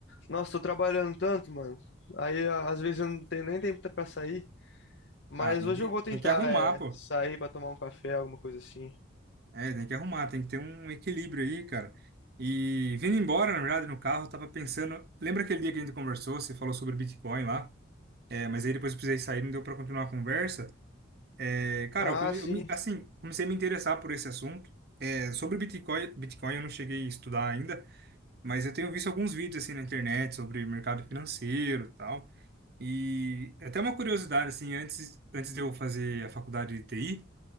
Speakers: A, on the left (about 60°); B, on the right (about 50°).
A: Nossa, tô trabalhando tanto, mano. Aí, a- às vezes, eu não tenho nem tempo pra sair. Mas
B: Ah, tem
A: hoje
B: que,
A: eu vou tentar,
B: tem que arrumar,
A: é,
B: pô.
A: sair pra tomar um café, alguma coisa assim.
B: É, tem que arrumar, tem que ter um equilíbrio aí, cara. E vindo embora, na verdade, no carro, eu tava pensando. Lembra aquele dia que a gente conversou? Você falou sobre Bitcoin lá? É, mas aí depois eu precisei sair, não deu pra continuar a conversa. É, cara,
A: Ah,
B: eu, come,
A: sim.
B: eu me- assim, comecei a me interessar por esse assunto. É, sobre Bitcoin, Bitcoin eu não cheguei a estudar ainda, mas eu tenho visto alguns vídeos assim na internet sobre mercado financeiro e tal. E até uma curiosidade, assim, antes, antes de eu fazer a faculdade de TI,